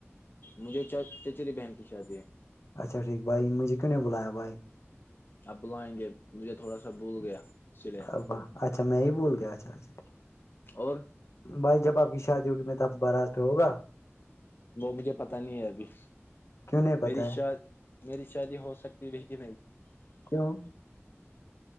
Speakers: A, on the left; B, on the left.
A: مجھے چ چچری بہن کی شادی ہے
B: اچھاٹھیک بھائی مجھے کیوں بلایا بائی
A: آپ بلائیں گے مجھے تھوڑا سا بھول گیا اسی لیے
B: ا اچھا میں ہی بول گیا اچھا اچھا
A: اور
B: بھائی جب آپ کی شادی ہوگی میں تو باراز پہ ہوگا
A: وہ مجھے پتا نہیں ہے ابھی
B: کیوں نہیں
A: میری
B: پتا ہے
A: ش میری شادی ہو سکتی ب کہ نہیں
B: کیا